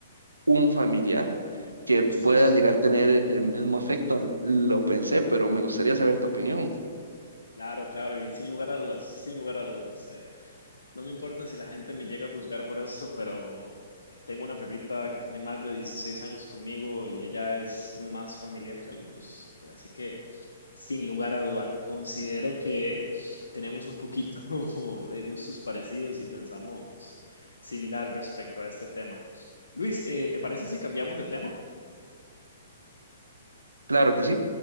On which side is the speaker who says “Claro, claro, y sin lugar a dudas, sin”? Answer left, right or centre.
Left